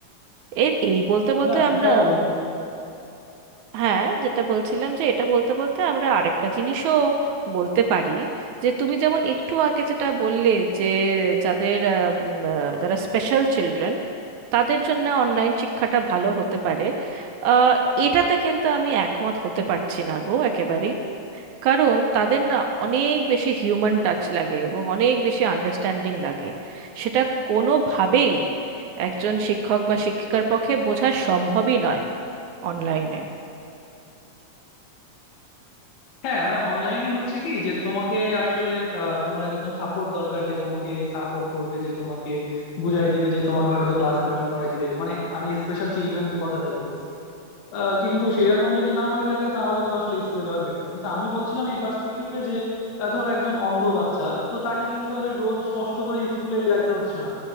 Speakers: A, on the right (about 80°); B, on the left (about 70°).
A: এর এই বলতে বলতে
B: না সেটা
A: আমরা
B: অবশ্য-
A: হ্যাঁ যেটা বলছিলাম যে এটা বলতে বলতে আমরা আরেকটা জিনিসও বলতে পারি যে তুমি যেমন একটু আগে যেটা বললে যে যাদের আহ, উম, আহ, যারা স্পেশাল চিলড্রেন তাদের জন্য অনলাইন শিক্ষাটা ভালো হতে পারে আহ, এটাতে কিন্তু আমি একমত হতে পারছি না গো একেবারেই কারণ তাদের না অনেক বেশি হিউম্যান টাচ লাগে এবং অনেক বেশি আন্ডারস্ট্যান্ডিং লাগে সেটা কোনোভাবেই একজন শিক্ষক বা শিক্ষিকার পক্ষে বোঝা সম্ভবই নয় অনলাইনে
B: হ্যাঁ মানে অনলাইনে হচ্ছে কি যে তোমাকে আসলে আহ, তোমার একজন সাপোর্ট দরকার যে তোমাকে সাপোর্ট করবে যে তোমাকে বুঝাই দিবে যে তোমাকে হয়তো ক্লাসে জয়েন করাই দিবে মানে আমি স্পেশাল চিলড্রেনদের কথাটাই বলতেছি আহ, কিন্তু সেই রকম যদি না হয়ে থাকে তাহলে তো আসলে স্কুলে যাওয়াই বেটার কিন্তু আমি বলছিলাম এই পার্সপেক্টিভে যে আহ, ধরো একজন অন্ধ বাচ্চা তো তাকে কিন্তু আর ওই রোজ কষ্ট করে স্কুলে যাইতে হচ্ছে না